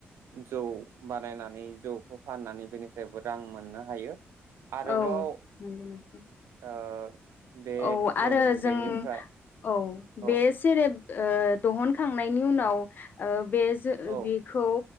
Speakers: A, on the right (about 75°); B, on the left (about 45°).
A: जौ बानायनानै जौखौ फाननानै बेनिफ्रायबो रां मोननो हायो। आरोबाव
B: औ नंगौ नोंथां
A: ओ बे
B: औ आरो जों
A: बेनिफ्राय
B: औ बे
A: औ
B: सेरेब ओ दहनखांनायनि उनाव ओ बे जो ओ
A: औ
B: बेखौ